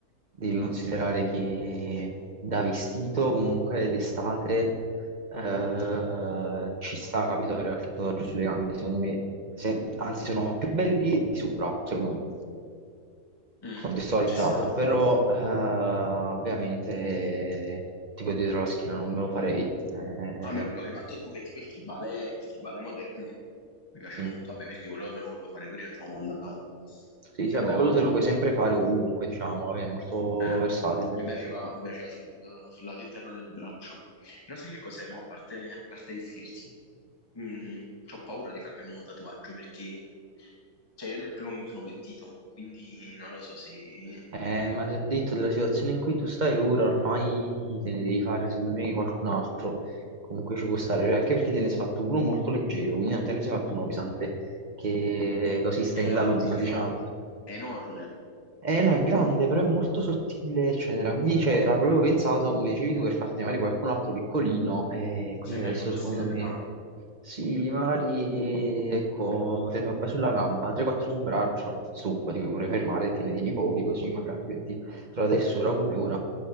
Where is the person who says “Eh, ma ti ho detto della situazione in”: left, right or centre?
Right